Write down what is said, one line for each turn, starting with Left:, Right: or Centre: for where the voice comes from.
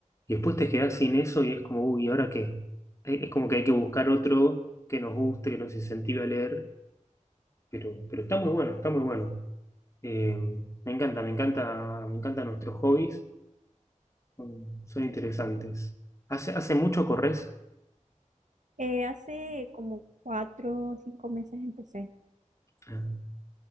Left: y después te quedás sin eso y es como, uy, ¿y ahora qué? Eh, Es como que hay que buscar otro que nos guste, que nos incentive a leer, pero, pero está muy bueno, está muy bueno. Eh, me encanta, me encanta, me encantan nuestros hobbies, son, son interesantes. Hace, hace mucho corres
Right: Eh, hace como cuatro o cinco meses empecé.
Left: Ah.